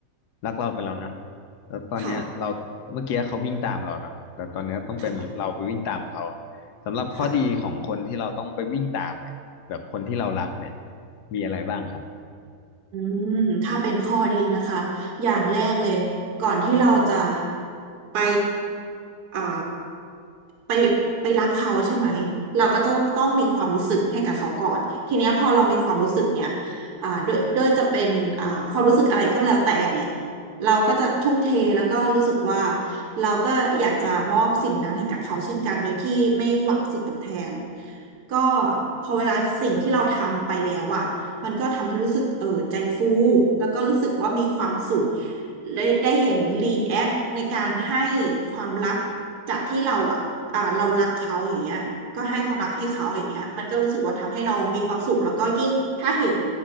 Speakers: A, on the left; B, on the right.
A: รักเราไปแล้วนะแล้วตอนเนี้ยเราเมื่อกี้เขาวิ่งตามเราเนาะแต่ตอนเนี้ยต้องเป็นเราไปวิ่งตามเขา
B: ค่ะค่ะ
A: สำหรับข้อดีของคนที่เราต้องไปวิ่งตามเนี่ยแบบคนที่เรารักเนี่ย
B: ค่ะ
A: มีอะไรบ้างครับ
B: อืมถ้าเป็นข้อดีนะคะอย่างแรกเลยก่อนที่เราจะไปอ่าไปไปรักเขาใช่ไหมเราก็ต้องต้องมีความรู้สึกให้กับเขาก่อนทีเนี้ยพอเรามีความรู้สึกเนี่ยอ่าด้วยด้วยจะเป็นอ่าความรู้สึกอะไรก็แล้วแต่เนี่ยเราก็จะทุ่มเทแล้วก็รู้สึกว่าเราก็อยากจะมอบสิ่งนั้นให้กับเขาเช่นกันโดยที่ไม่หวังสิ่งตอบแทนก็พอเวลาสิ่งที่เราทำไปแล้วอะ มันก็ทำให้รู้สึกเออใจฟู แล้วก็รู้สึกว่ามีความสุข ได้ได้เห็นรีแอคในการให้ความรักจากที่เราอ่ะอ่าเรารักเขาอย่างเงี้ยก็ให้ความรักให้เขาอย่างเงี้ยมันก็รู้สึกว่าทำให้เรามีความสุขแล้วก็ยิ่ง ถ้าเห็น